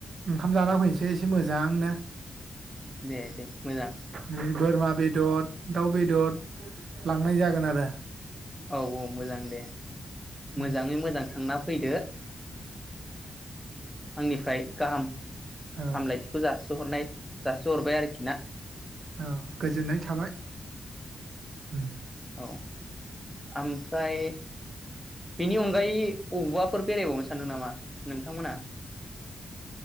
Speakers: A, on the right; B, in the centre.
A: ओंखाम जाना फैनोसै एसे मोजांनो।
B: दे दे मोजां।
A: ओरै बोरमा बेदर दाउ बेदर लांनाय जागोन आरो।
B: औ औ मोजां दे
A: उम
B: मोजाङै मोजां थांना फैदो आंनिफ्राय गाहाम
A: औ
B: हामलायथिखौ जासिहरनाय जासि हरबाय आरोखि ना
A: औ गोजोननाय थाबाय उम
B: औ ओमफ्राय बेनि अनगायै अबबाफोर बेरायबावनो सानदों नामा नों थां मोना?